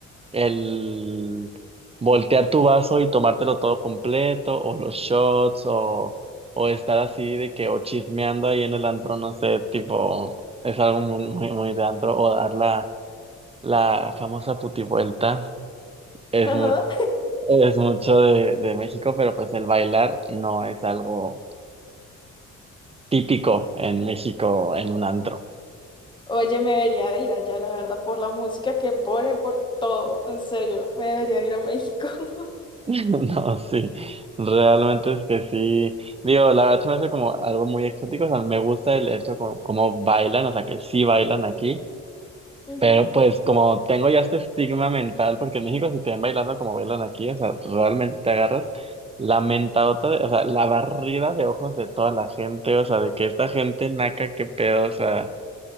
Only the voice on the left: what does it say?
Ajá.
Oye, me debería ir allá, la verdad, por la música que ponen, por todo. En serio, me debería ir a México. <laughs>
Ujú.